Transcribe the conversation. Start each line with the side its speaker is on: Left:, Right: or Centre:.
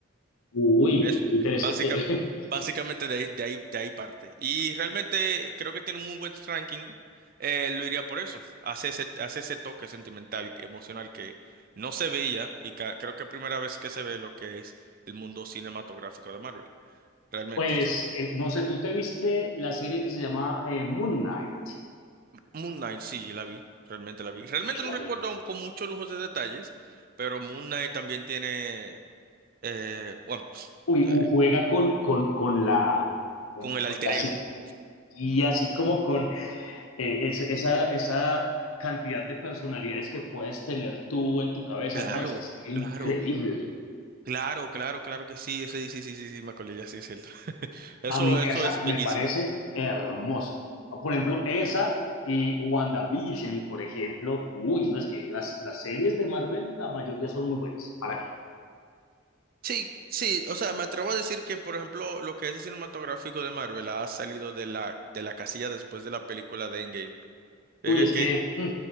Left: uy,
Right: Es
Left: qué interesante.
Right: básicamente,
Left: <laughs>
Right: básicamente de ahí, de ahí, de ahí parte. Y realmente creo que tiene un muy buen ranking, eh, lo iría por eso. Hace ese, hace ese toque sentimental, que- emocional que no se veía y ca- creo que es primera vez que se ve lo que es el mundo cinematográfico de Marvel. Realmente.
Left: Pues eh, no sé, ¿tú te viste la serie que se llama eh, Moon Knight?
Right: Moon Knight, sí, la vi, realmente la vi. Realmente
Left: Uy,
Right: no
Left: a
Right: recuerdo
Left: mí,
Right: aún con muchos lujos de detalles, pero Moon Knight también tiene, eh, bueno, <sniffs>
Left: uy,
Right: eh,
Left: uh, juega con, con, con la, con,
Right: con el
Left: con
Right: alter
Left: la
Right: ego.
Left: psiquía, así como con eh, es, esa, esa cantidad de personalidades que puedes tener tú en tu cabeza.
Right: Claro,
Left: No, es, es increíble.
Right: claro, claro, claro, claro que sí, ese, sí, sí, sí, sí, me acordé, ya sí es cierto. <laughs> Eso,
Left: A mí
Right: eso
Left: esa
Right: es
Left: me
Right: bellísimo.
Left: parece hermosa. Por ejemplo, esa y WandaVision, por ejemplo, uy, no es que las, las series de Marvel, la mayoría son muy buenas. ¿Para qué?
Right: Sí, sí, o sea, me atrevo a decir que, por ejemplo, lo que es el cinematográfico de Marvel ha salido de la, de la casilla después de la película de Endgame. Fíjate
Left: Uy, es
Right: Que,
Left: que, mm,